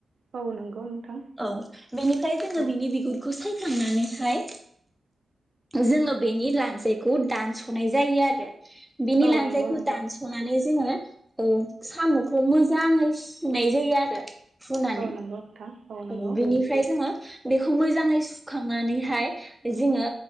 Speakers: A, on the right; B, in the centre.
A: औ नंगौ नोंथां
B: औ बेनिफ्राय जङो
A: औ
B: बिनि बिगुरखौ साय खांनानैहाय जोंङो बेनि लान जायखौ दानस'नाय जायो आरो। बिनि
A: औ
B: लानजाय
A: नंगौ नोंथां
B: दानसनानै जोङो ओ साम'खौ मोजाङै सुनाय जायो आरो फुनानै
A: औ नंगौ नोंथां नंगौ
B: औ बिनिफ्राय जोङो बेखौ मोजाङै सुखांनानैहाय बे जोङो